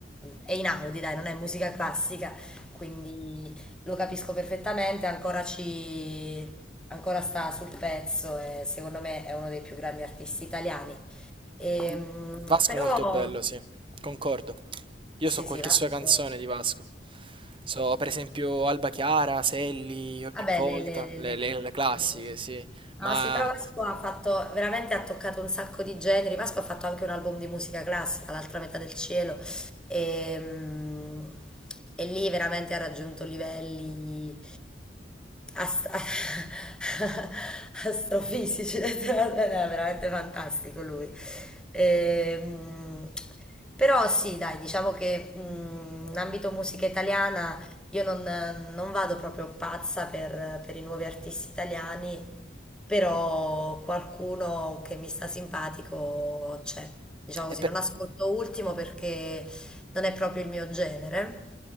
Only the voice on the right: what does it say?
V- Vasco
molto bello, sì, concordo. Io
so qualche
sua canzone di Vasco. So per esempio Alba Chiara, Selli, ogni
volta,
le,
le- le classiche,
sì.
Ma
e pe-